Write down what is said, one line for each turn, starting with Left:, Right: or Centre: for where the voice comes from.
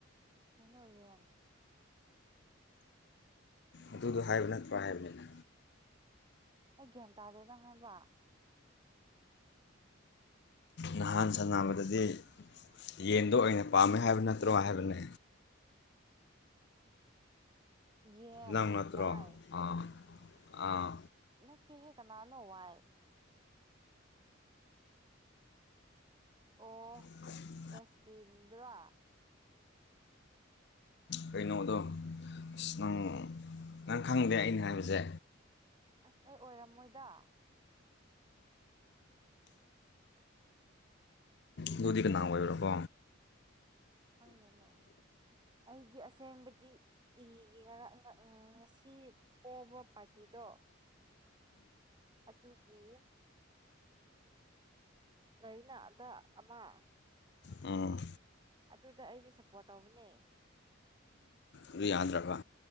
Right: ꯍꯩꯅꯨꯌꯦꯟ <unintelligible>
Left: ꯑꯗꯨꯗꯣ ꯍꯥꯏꯕ ꯅꯠꯇ꯭ꯔꯣ ꯍꯥꯏꯕꯅꯤ
Right: ꯑꯩ ꯒꯤꯌꯥꯟꯇꯥꯗꯦꯗ ꯍꯥꯏꯕ
Left: ꯅꯍꯥꯟ ꯁꯥꯟꯅꯕꯗꯗꯤ ꯌꯦꯟꯗꯣ ꯑꯣꯏꯅ ꯄꯥꯝꯃꯦ ꯍꯥꯏꯕ ꯅꯠꯇ꯭ꯔꯣ ꯍꯥꯏꯕꯅꯦ
Right: ꯌꯦꯟ
Left: ꯅꯪ ꯅꯠꯇ꯭ꯔꯣ
Right: ꯋꯥꯏ
Left: ꯑꯥ ꯑꯥ
Right: ꯅꯠꯇꯦꯍꯦ ꯀꯅꯥꯅꯣ ꯋꯥꯏ ꯑꯣ
Left: ꯎ <unintelligible>
Right: ꯑꯦꯁꯀꯤꯗ꯭ꯔ
Left: ꯀꯩꯅꯣꯗꯣ ꯑꯁ ꯅꯪ ꯅꯪ ꯈꯪꯗꯦ ꯑꯩꯅ ꯍꯥꯏꯕꯁꯦ
Right: ꯑꯁ ꯑꯩ ꯑꯣꯏꯔꯝꯃꯣꯏꯗ
Left: ꯑꯗꯨꯗꯤ ꯀꯅꯥ ꯑꯣꯏꯕꯔꯀꯣ
Right: ꯐꯪꯉꯦꯅꯦ ꯑꯩꯗꯤ ꯑꯁꯦꯡꯕꯗꯤ ꯏꯒꯦ ꯈꯔ ꯎꯝ ꯉꯁꯤ ꯄꯣꯕ ꯄꯥꯔꯇꯤꯗꯣ ꯑꯗꯨꯒꯤ ꯂꯩꯩꯅ ꯑꯗ ꯑꯃ
Left: ꯎꯝ
Right: ꯑꯗꯨꯗ ꯑꯩꯗꯤ ꯁꯞꯄꯣꯔꯠ ꯇꯧꯕꯅꯦ
Left: ꯑꯗꯨ ꯌꯥꯗ꯭ꯔꯕ